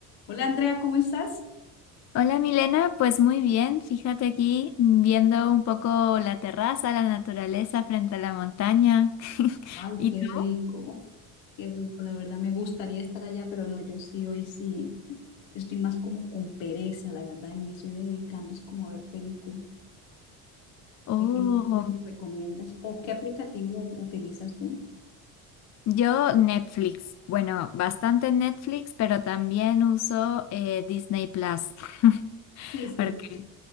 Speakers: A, on the left; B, on the left.
A: Hola Andrea, ¿cómo estás?
B: Hola Milena, pues muy bien, fíjate aquí viendo un poco la terraza, la naturaleza frente a la montaña. <laughs>
A: Ay,
B: ¿Y
A: qué
B: tú?
A: rico, qué rico, la verdad me gustaría estar allá, pero no, yo sí, hoy sí, estoy más como con pereza, la verdad, y me estoy dedicando es como a ver película.
B: Oh,
A: ¿Qué película me recomiendas o qué aplicativo utilizas tú?
B: yo Netflix. Bueno, bastante Netflix, pero también uso eh, Disney Plus. <laughs>
A: Sí, sí,
B: Porque